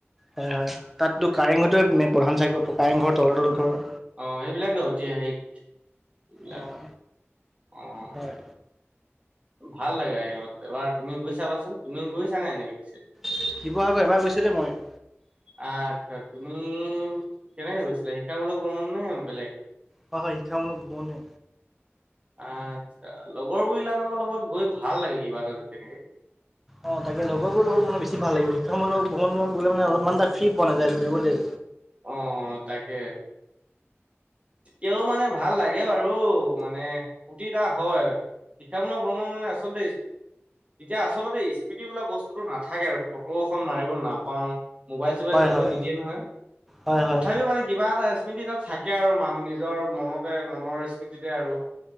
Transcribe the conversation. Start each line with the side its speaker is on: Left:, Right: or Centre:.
Centre: হয় -হয় তাততো কাৰেং ঘৰটোয়ে মে প্ৰধান চাকটো কাৰেংঘৰ তলাতল ঘৰ।
Right: অহ, এইবিলাকে ঐতিহাসিক এইবিলাক
Centre: অঁ
Right: অহ।
Centre: হয়
Right: ভাল লাগে আৰু সিহঁত এবাৰ তুমি গৈ চাবাচোন তুমি গৈছা নে এনেকে পিছে?
Centre: শিৱসাগৰ এবাৰ গৈছোঁ দে মই।
Right: আচ্ছা তুমি কেনেকে গৈছিলা শিক্ষামলক ভ্ৰমণ নে বেলেগ?
Centre: হয় -হয় শিক্ষা -মূলক ভ্ৰমনে।
Right: আচ্ছা লগৰবিলাকৰ লগত গৈ ভাল লাগে কিবা এটা যে তেনেকে।
Centre: অহ, তাকে লগৰবোৰৰ লগত মানে বেছি ভাল লাগিব শিক্ষামূলক ভ্ৰমণত বোলে মানে অলপমান এটা ফ্ৰী পোৱা নাযায় ধৰিবলৈ
Right: অহ - অহ তাকে। তেতিয়াও মানে ভাল লাগে বাৰু মানে ফূৰ্তি এটা হয়। শিক্ষামূলক ভ্ৰমণ মানে আচলতে তেতিয়া আচলতে স্মৃতি বোলা বস্তুোটো নাথাকে আৰু ফটোএখন মাৰিব নাপাওঁ। মোবাইল -চোবাইল
Centre: হয়
Right: নিব
Centre: হয়
Right: নিদিয়ে নহয়
Centre: হয় হয়
Right: তথাপিও মানে কিবা টা স্মৃতি তাত থাকে আৰু মান নিজৰ মনতে মনৰ স্মৃতিতে আৰু।